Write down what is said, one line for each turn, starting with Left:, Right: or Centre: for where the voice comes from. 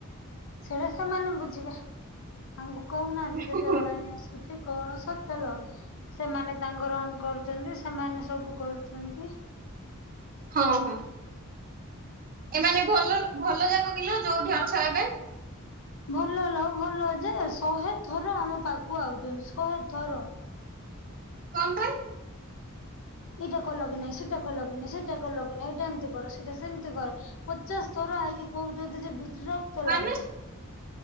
Left: ସେଇଟା ସେମାନେ ବୁଝିବେ, ଆଜ୍ଞା କହୁନାହାନ୍ତି, କେତେବେଳେ
Right: ହୁଁ
Left: ପାଣି ଆସୁଛି? <unintelligible> କସ ସତେଲୋ, ସେମାନେ ତାଙ୍କ ରନ୍ କରୁଛନ୍ତି, ସେମାନେ ସବୁ କରୁଛନ୍ତି।
Right: ହଁ, ହଁ, ଏମାନେ ଭଲ ଭଲ, ଯାକ, କିଲୋ, ଯୋଉଠି ଅଛ, ଏବେ?
Left: ଭଲଲୋ ଭଲ ଯେ ଶହେ ଥର ଆମ ପାଖକୁ ଆଉଛନ୍ତି ଶହେ ଥର।
Right: କଣ ପାଇଁ?
Left: ଏଇଟା କଲ କି ନହିଁ, ସେଟା କଲ କି ନାଇଁ, ସେଇଟା କଲ କି ନାଇ, ଏଇଟା ଏମିତି କର, ସେଇଟା ସେମିତି କର ଉଚ୍ଚସ୍ତର ଆଇକି କହୁ ଯ, ଯେ ବିଜରକ୍ତ
Right: ମାନେ
Left: ଲାଗୁଛି।